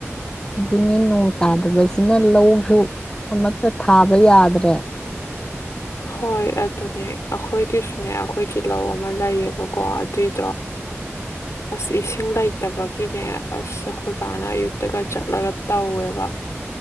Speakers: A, on the left; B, on the left.
A: ꯑꯗꯨꯅꯤ ꯅꯣꯡ ꯇꯥꯗꯕꯁꯤꯅ ꯂꯧꯁꯨ ꯑꯃꯠꯇ ꯊꯥꯕ ꯌꯥꯗ꯭ꯔꯦ
B: ꯍꯣꯏ ꯑꯗꯨꯅꯦ ꯑꯩꯈꯣꯏꯒꯤꯁꯨꯅꯦ ꯑꯩꯈꯣꯏꯒꯤ ꯂꯧ ꯑꯃ ꯂꯩꯌꯦꯕꯀꯣ ꯑꯗꯨꯏꯗꯣ ꯑꯁ ꯏꯁꯤꯡ ꯂꯩꯇꯕꯒꯤꯅꯦ ꯑꯁ ꯑꯩꯈꯣꯏ ꯏꯕꯥꯅ ꯑꯌꯨꯛꯇꯒ ꯆꯠꯂꯒ ꯇꯧꯋꯦꯕ